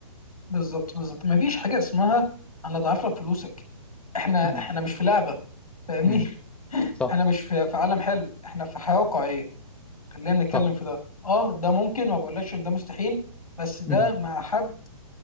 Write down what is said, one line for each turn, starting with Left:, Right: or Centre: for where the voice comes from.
Left: بالظبط بالظبط ما فيش حاجه اسمها انا اضعف لك فلوسك احنا
Centre: مم.
Left: احنا مش في لعبه فاهمني
Centre: امم
Left: <laughs>
Centre: صح
Left: احنا مش في في عالم حلم احنا في حياه واقعيه خلينا نتكلم
Centre: صح
Left: في ده اه ده ممكن ما بقولكش ان ده مستحيل بس ده
Centre: مم.
Left: مع حد